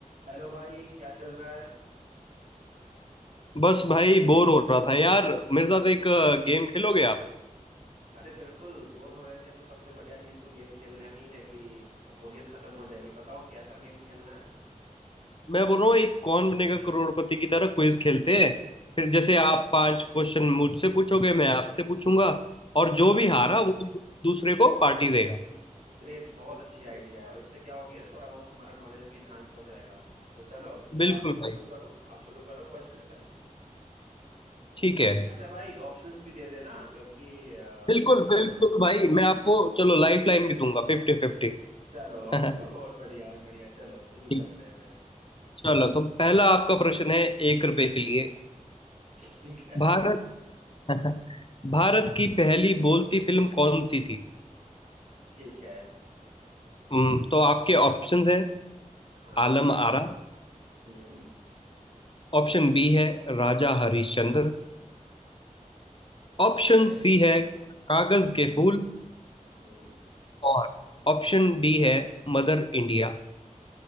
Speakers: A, on the right (about 65°); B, on the left (about 40°).
A: Hello भाई क्या चल रहा है
B: बस भाई बोर हो रहा था यार मेरे साथ एक गेम खेलोगे आप
A: अरे बिल्कुल बोर हो रहे थे तो सबसे बढ़िया चीज तो गेम खेलना ही है कि बोरियत खत्म हो जाएगी बताओ कैसा गेम खेलना है
B: मैं बोल रहा हूँ एक कौन बनेगा करोड़पति की तरह क्विज खेलते हैं फिर जैसे आप पांच क्वेश्चन मुझसे पूछोगे मैं आपसे पूछूंगा और
A: हाँ
B: जो भी
A: हाँ
B: हारा वो दूसरे को पार्टी देगा
A: ग्रेट बहुत अच्छी आइडिया है और इससे क्या हो गया थोड़ा बहुत हमारा नॉलेज भी इन्हांस हो जाएगा तो चलो
B: बिल्कुल
A: आप
B: भाई
A: शुरू करो आप शुरू करो क्वेश्चन से
B: ठीक है
A: अच्छा भाई ऑप्शंस भी दे देना क्योंकि अ,
B: बिल्कुल
A: वो ना
B: बिल्कुल भाई मैं आपको चलो लाइफ लाइन भी दूंगा फिफ्टी फिफ्टी <laughs>
A: चलो <laughs>
B: ठीक
A: और बढ़िया और बढ़िया चलो शुरू
B: है
A: करते हैं फिर
B: चलो तो पहला आपका प्रश्न है एक रुपए के लिए
A: ठीक है
B: भारत
A: <laughs>
B: <laughs> भारत की पहली बोलती फिल्म कौन सी थी
A: ठीक है
B: हम्म, तो आपके ऑप्शंस है
A: हाँ
B: आलम आरा
A: हम्म
B: ऑप्शन बी है राजा हरिश्चंद्र ऑप्शन
A: ठीक है
B: सी है कागज के फूल
A: हम्म
B: और ऑप्शन डी है मदर इंडिया